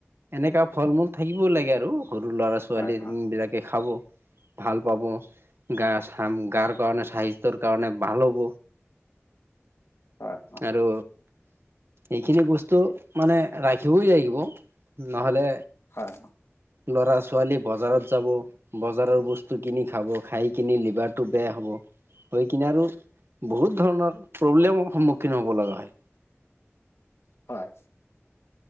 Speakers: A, on the right; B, on the left.
A: এনেকা ফল মূল থাকিবও লাগে আৰু। সৰু ল'ৰা ছোৱালী
B: হয় হয়
A: বিলাকে খাব। ভাল পাব গা চাম গাৰ কাৰণে স্বাস্থ্য কাৰণে ভাল হ'ব।
B: হয়
A: আৰু এইখিনি বস্তু মানে ৰাখিবই লাগিব, নহলে
B: হয়।
A: ল'ৰা ছোৱালী বজাৰত যাব বজাৰৰ বস্তু কিনি খাব, খায় কিনি লিভাৰটো বেয়া হ'ব। হৈ কিনে আৰু বহুত ধৰণৰ প্ৰব্লেমৰ সন্মুখীন হ'ব লগা হয়।
B: হয়।